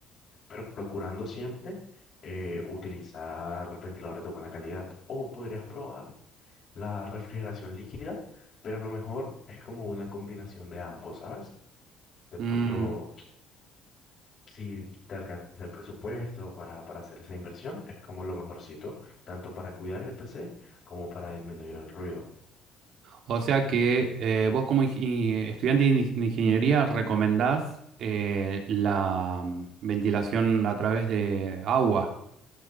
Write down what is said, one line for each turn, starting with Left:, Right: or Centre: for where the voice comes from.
Left: pero procurando siempre eh, utilizar ventiladores de buena calidad. O podrías probar la refrigeración líquida, pero lo mejor es como una combinación de ambos, ¿sabes? De pronto,
Right: Mm,
Left: si te alcanza el presupuesto para, para hacer esa inversión, es como lo mejorcito, tanto para cuidar el PC como para disminuir el ruido.
Right: o sea que eh, vos como ingi- estudiante de ing- de ingeniería recomendás eh, la mm, ventilación a través de agua.